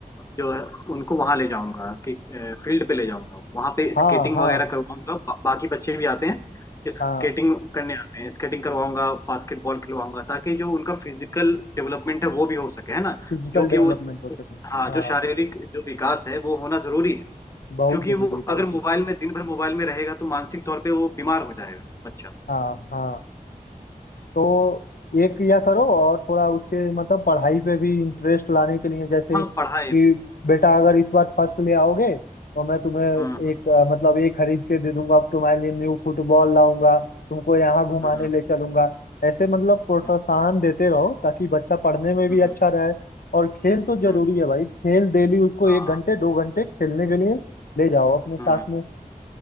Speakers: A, on the left; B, on the left.
A: जो है उनको वहां ले जाऊंगा कि फील्ड पे ले जाऊंगा वहां पे
B: हाँ
A: स्केटिंग
B: हाँ
A: वगैरह करवाऊंगा बा, बाकी बच्चे भी आते हैं स्केटिंग
B: हाँ
A: करने आते हैं स्केटिंग करवाऊंगा बास्केटबॉल खिलवाऊंगा ताकि जो उनका फिजिकल डेवलपमेंट है वो भी हो सके है ना
B: फिजिकल
A: जो
B: डेवलपमेंट
A: कि वो
B: हो सके
A: हाँ जो
B: हाँ
A: शारीरिक जो विकास है वो होना जरूरी है
B: बहुत
A: क्योंकि
B: जरूरी
A: वो अगर
B: बहुत जरूरी
A: मोबाइल में दिन भर मोबाइल में रहेगा तो मानसिक तौर पे वो बीमार हो जाएगा बच्चा
B: हाँ हाँ तो एक या करो और थोड़ा उसके मतलब पढ़ाई पे भी इंटरेस्ट लाने के लिए जैसे
A: हाँ
B: कि
A: पढ़ाई
B: बेटा अगर इस बार फर्स्ट ले आओगे तो मैं तुम्हें
A: हम्म
B: एक अ, मतलब ये खरीद के दे दूंगा तुम्हारे लिए न्यू फुटबॉल लाऊंगा तुमको यहाँ घुमाने
A: हम्म हम्म
B: ले चलूंगा ऐसे मतलब प्रोत्साहन
A: हम्म
B: देते रहो ताकि बच्चा पढ़ने में भी
A: हम्म,
B: अच्छा रहे और खेल तो जरूरी
A: हम्म,
B: है भाई खेल डेली उसको
A: हाँ
B: एक घंटे दो घंटे खेलने के लिए ले जाओ अपने साथ
A: हम्म
B: में